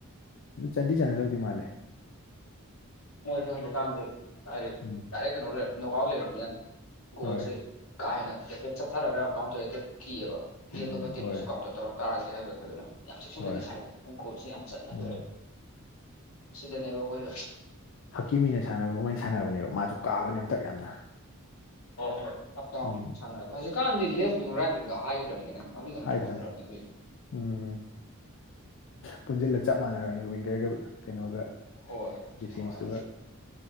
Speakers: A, on the left; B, on the left.
A: ꯑꯗꯨ ꯆꯥꯟꯗꯤ ꯆꯥꯟꯅꯗꯧꯗꯤꯤ ꯃꯥꯜꯂꯦ
B: ꯃꯣꯏꯦ ꯍꯧꯖꯤꯛꯀꯥꯟꯁꯦ ꯔ
A: ꯎꯝ
B: ꯗꯥꯏꯔꯦꯛ ꯀꯩꯅꯣ ꯂꯩ ꯅꯣꯀ ꯂꯩꯔꯝꯅꯤꯅ
A: ꯍꯣꯏ
B: ꯣꯁ ꯀꯥ ꯍꯦꯅ ꯇꯦꯀꯦꯠ ꯆꯠꯊꯔꯒ ꯀꯥꯎꯟꯇꯔꯗ ꯀꯤꯑꯕ ꯏ
A: ꯎꯝ
B: ꯑꯇꯣꯞꯄ ꯇꯤꯝꯗꯨꯁꯨ
A: ꯍꯣꯏ
B: ꯀꯥꯎꯟꯇꯔ ꯇꯧꯔꯛꯄ ꯇꯥ ꯀꯦ ꯍꯥꯏꯕꯦ ꯑꯗꯨꯅ ꯌꯥꯝ ꯆꯦꯛꯁꯤꯟꯅꯗꯤꯦ
A: ꯍꯣꯏ
B: ꯁꯥꯔꯔꯦ ꯎꯪꯀꯣꯜꯁꯦ ꯌꯥꯝ ꯆꯠꯅꯗꯦ
A: ꯎꯝ
B: ꯁꯤꯗꯅꯦꯕ ꯑꯩꯈꯣꯏꯗ
A: ꯍꯛꯀꯤ ꯃꯤꯅ ꯁꯥꯟꯅꯕꯒꯨꯝꯕꯥꯏꯅ ꯁꯥꯟꯅꯕꯅꯦꯕ ꯃꯥꯁꯨ ꯀꯥꯕꯅꯦ ꯃꯊꯛ ꯌꯥꯝꯅ
B: ꯑꯣ ꯍꯣ ꯑꯞ ꯗꯥꯎꯟ
A: ꯎꯝ
B: ꯁꯥꯟꯅꯔ ꯍꯧꯖꯤꯛꯀꯥꯟꯗꯤ ꯂꯦꯐ ꯤꯡ ꯔꯥꯏꯠ ꯋꯤꯡꯒ ꯍꯥꯏꯈꯤꯗ꯭ꯔꯕꯅꯤꯅꯦ ꯃꯃꯤ ꯅꯝ
A: ꯍꯥꯏꯗ꯭ꯔꯥ
B: ꯇꯣꯉꯔꯃꯦ ꯑ
A: ꯎꯝ ꯄꯨꯟꯁꯤꯜꯂ ꯆꯞ ꯃꯥꯟꯅꯔꯅꯤ ꯋꯤꯡꯒꯔꯒ ꯀꯩꯅꯣꯒ
B: ꯍꯣꯏ ꯑꯗꯨꯃꯥꯏꯅ
A: ꯗꯤꯐꯦꯟꯁꯇꯨꯒ